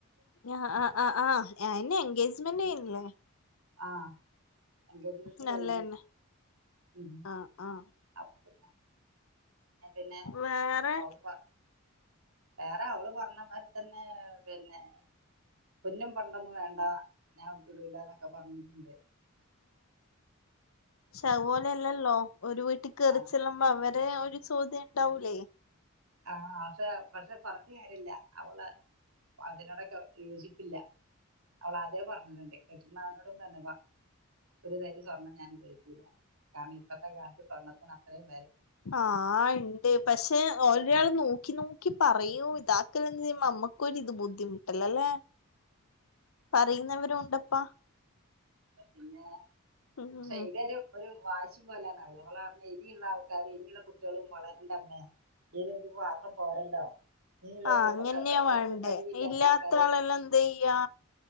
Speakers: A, on the left; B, on the right.
A: ആ ആ ആ ആ എന്നെ എൻഗേജ്മെന്റ് കഴിഞ്ഞില്ലെ
B: ആ എൻഗേജ്മെന്റ്
A: നല്ലന്നെ
B: കഴിഞ്ഞു മ്
A: ആ ആ
B: അപ്പോ പിന്നെ പിന്നെ
A: വേറെ
B: അവള് പ വേറെ അവള് പറഞ്ഞ മാരി തന്നെ പിന്നെ പൊന്നും പണ്ടൊന്നും വേണ്ട ഞാൻ വിടുല്ലന്നൊക്കെ പറഞ്ഞ്ട്ട്ണ്ട്
A: ശ്ശെ അതുപോലല്ലല്ലോ ഒരു വീട്ടിൽ കേറിച്ചെല്ലുമ്പോ
B: ആഹ്
A: അവ ടെ ഒരു ചോദ്യംണ്ടാവൂലേ
B: ആ അത് പക്ഷെ പറഞ്ഞ് കാര്യല്ല അവള് അതിനോടൊക്കെ യോജിപ്പില്ല അവളാദ്യേ പറഞ്ഞിട്ടുണ്ട് കെട്ട്ന്നാളിനോടും പറഞ്ഞ് വ ഒരു തരി സ്വർണ്ണം ഞാൻ ഉപയോഗിക്കൂല കാരണം ഇപ്പത്തെ കാലത്ത് സ്വർണത്തിന് അത്രേം
A: ആ ഇണ്ട് പക്ഷെ
B: ബുദ്ധിമുട്ടിക്കാൻ
A: ഓൽ ചെലയാള് നോക്കി നോക്കി പറയൂ ഇതാക്കല്ലെചെയ്യുമ്പോ അമ്മക്കൊരിത് ബുദ്ധിമുട്ടല്ലല്ലേ പറയുന്നവരും ഉണ്ടപ്പാ
B: പിന്നെ
A: ഉം
B: സെയ്തേരു ഒരു വയ് ച്ച്പോലാണവള്. അവള് പറഞ്ഞ് ഇനിയിള്ള ആൾക്കാര് ഇനിയിള്ള കുട്ടികളും വളരണ്ടമ്മേ <unintelligible> പാത്രം പോരല്ലോ ഇനിയുള്ള
A: ആ
B: കു-
A: അങ്ങന്യാ
B: പ- ക- ക-
A: വേണ്ടേ
B: ഒട്ടും കഴിവില്ലാത്ത
A: ഇല്ലാത്ത
B: ആൾക്കാര്
A: ആളെല്ലോ എന്തെയ്യാ